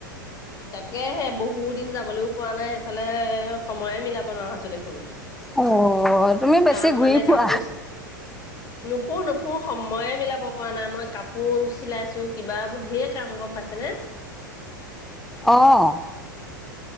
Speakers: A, on the left; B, in the centre.
A: তাকেহে বহু দিন যাবলৈও পোৱা নাই সেইফালে। সময়ে মিলাব নোৱাৰা হৈছো দেখোন।
B: অ', তুমি বেছি
A: কাম
B: ঘূৰি
A: মানে
B: ফুৰা
A: কাপোচ নুফু-নুফু সময়ে মিলাব পৰা নাই মই কাপোৰ চিলাইছো। কিবা এইবোৰ ঢেৰ কাম গম পাইছে নে?
B: অঁ!